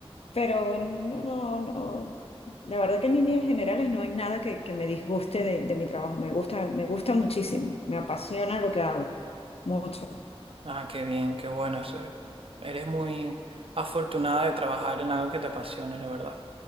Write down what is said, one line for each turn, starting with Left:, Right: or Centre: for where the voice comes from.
Left: Pero no, no, no. La verdad que en líneas generales no hay nada que, que me disguste de, de mi trabajo. Me gusta, me gusta muchísimo. Me apasiona lo que hago. Mucho.
Right: Ah, qué bien, qué bueno. Eso, eres muy afortunada de trabajar en algo que te apasione, la verdad.